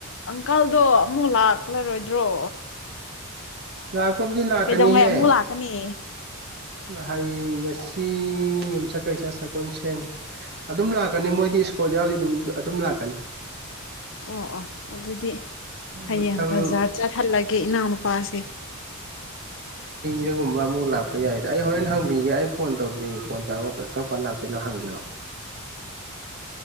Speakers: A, on the left (about 60°); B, on the right (about 50°).
A: ꯑꯪꯀꯜꯗꯣ ꯑꯃꯨꯛ ꯂꯥꯛꯂꯔꯣꯏꯗ꯭ꯔꯣ
B: ꯂꯥꯛꯄꯕꯨꯗꯤ ꯂꯥꯛꯀꯅꯤꯍꯦ
A: ꯀꯩꯗꯧꯉꯩ ꯑꯃꯨꯛ ꯂꯥꯛꯀꯅꯤ
B: ꯍꯪ ꯉꯁꯤ ꯆ ꯌꯨꯝꯁꯛ ꯀꯩꯁ ꯁꯒꯣꯜ ꯁꯦꯟ ꯑꯗꯨꯝ ꯂꯥꯛꯀꯅꯤ ꯃꯣꯏꯗꯤ ꯁꯀꯣꯔꯜ ꯌꯥꯎꯗꯤ ꯑꯗꯨꯝ ꯑꯗꯨꯝ ꯂꯥꯛꯀꯅꯤ
A: ꯑꯣ ꯑꯣ ꯑꯗꯨꯗꯤ
B: ꯃꯊꯪ
A: ꯍꯌꯦꯡ ꯕꯖꯥꯔ ꯆꯠꯍꯜꯂꯒꯦ ꯏꯅꯥꯎꯅꯨꯄꯥꯁꯦ
B: ꯗꯒꯨꯝꯕ ꯑꯃꯨꯛ ꯂꯥꯛꯄ ꯌꯥꯏꯗꯅ ꯑꯩ ꯍꯣꯔꯦꯟ ꯍꯪꯕꯤꯒꯦ ꯑꯩ ꯐꯣꯟ ꯇꯧꯗ꯭ꯔꯤ ꯐꯣꯟ ꯇ ꯀ ꯐꯔꯂ ꯀꯩꯅꯣ ꯍꯪꯒꯦꯕ